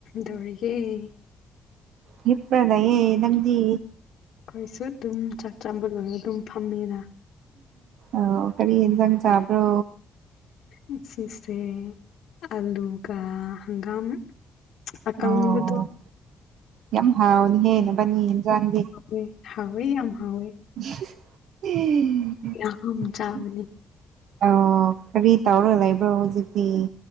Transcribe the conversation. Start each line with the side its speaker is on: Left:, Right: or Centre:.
Left: ꯗꯧꯔꯤꯒꯦ
Right: ꯍꯤꯞꯔꯥ ꯂꯩꯌꯦ ꯅꯪꯗꯤ
Left: ꯑꯩꯈꯣꯏꯁꯨ ꯑꯗꯨꯝ ꯆꯥꯛ ꯆꯥꯝꯕ ꯂꯣꯏꯔ ꯑꯗꯨꯝ ꯐꯝꯃꯤꯅ
Right: ꯑꯣ ꯀꯔꯤ ꯍꯤꯟꯖꯥꯡ ꯆꯥꯕ꯭ꯔꯣ
Left: ꯉꯁꯤꯁꯦ ꯑꯂꯨꯒ ꯍꯪꯒꯥꯝ ꯑꯀꯪꯕꯗꯣ
Right: ꯑꯣ ꯌꯥꯝ ꯍꯥꯎꯅꯤꯍꯦ ꯅꯕꯥꯅꯤ ꯍꯤꯟꯖꯥꯡꯗꯤ
Left: ꯎꯝ ꯍꯥꯎꯋꯦ ꯌꯥꯝ ꯍꯥꯎꯋꯦ
Right: <unintelligible>
Left: ꯌꯥꯝ ꯆꯥꯕꯅꯤ
Right: ꯑꯣ ꯀꯔꯤ ꯇꯧꯔ ꯂꯩꯕ꯭ꯔꯣ ꯍꯧꯖꯤꯛꯇꯤ